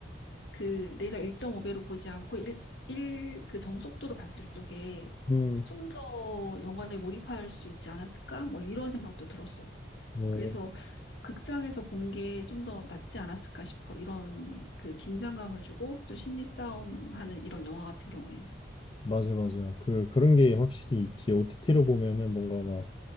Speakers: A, on the left (about 75°); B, on the left (about 30°).
A: 그 내가 1.5배로 보지 않고 1, 1, 그 정속도로 봤을 적에
B: 음.
A: 좀 더 영화에 몰입할 수 있지 않았을까? 뭐 이런 생각도 들었어.
B: 음.
A: 그래서 극장에서 본 게 좀 더 낫지 않았을까 싶어. 이런 그 긴장감을 주고 좀 심리 싸움하는 이런 영화 같은 경우엔.
B: 맞아, 맞아. 그, 그런 게 확실히 있지. OTT로 보면은 뭔가 막